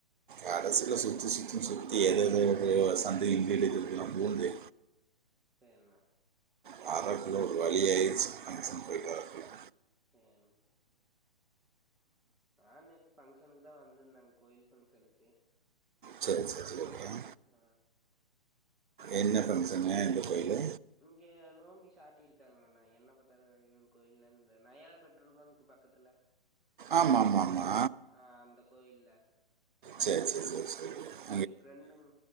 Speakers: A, on the right; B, in the centre.
A: கடசில சுத்து சுத்துன் சுத்தி எதெதோ ஒரு சந்து இன்டு இடுக்கெலாம் பூந்து
B: சேர்ண்ண
A: வரக்குள்ள ஒரு வழியாருட்சி ஃபங்க்ஷன் போய்ட்டு வரக்குள்ள
B: யேன் ஆ நேத்து ஃபங்க்ஷனுக்கு தா வந்திருந்தே கோயில் ஃபங்க்ஷனுக்கு
A: செரி சார் <unintelligible>
B: ஆ
A: என்ன ஃபங்க்ஷனு எந்த கோயிலு
B: இங்கே நோம்பி சாட்டிருக்காங்களா என்ன பத்தாரகாளியம்மன் கோயில இந்த நயாரா பெட்ரோல் பங்க் பக்கத்துல
A: ஆமா மா மா
B: ஆ அந்த கோயில்ல
A: செர் செரி செரி செரி
B: செரி ஃபிரெட்டுங்